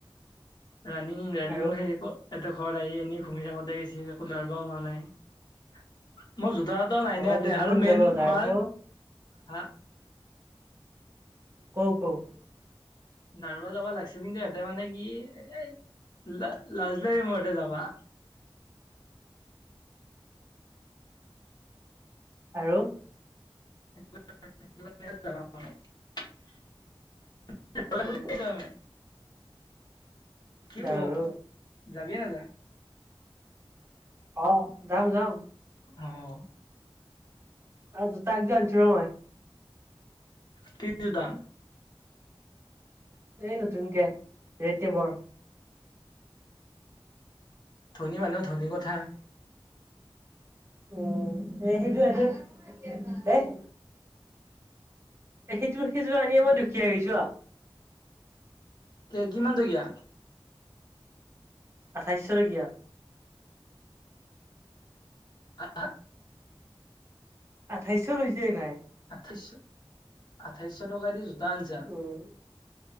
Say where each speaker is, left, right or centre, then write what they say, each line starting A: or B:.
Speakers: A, on the left; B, on the right.
A: ৰানিং, ৰানিঙো
B: আৰু
A: সেই, ক'! ইহঁতৰ ঘৰত আহি, এনেই ঘুমি থাকোঁতে গৈছি। একো দৌৰিব পোৱা নাই। মই, জোতা এটাও
B: আৰু
A: নাই নিয়া, ইয়াতে। আৰু মেইন
B: যাম
A: মাৰ হা
B: কওঁক, কওঁক?
A: দৌৰিব যাবা লাগিছিল। কিন্তু, ইহঁতে মানে কি, এ, লাজ লাগে মোৰ! ইয়াতে যাবা।
B: আৰু
A: <unintelligible>
B: উম
A: কি
B: যাবলো
A: অ'! যাবি নাযাওঁ?
B: অ'! যাম, যাম।
A: অ'!
B: <unintelligible>
A: <unintelligible>
B: এই, নতুনকে <unintelligible>
A: ধনী মানুহৰ, ধনী কথা।
B: উম! এ, সেইযোৰ এনেই এ, সিটোৰ, সিযোৰ আনিয়ে মই, দুখীয়া হৈ গৈছোঁ।
A: কে, কিমান টকীয়া?
B: আঠাইছশ টকীয়া।
A: <unintelligible>
B: আঠাইশত লৈছে, <unintelligible>
A: আঠাইশত, আঠাইছশ টকা দি, জোতা আনিছা?
B: উম!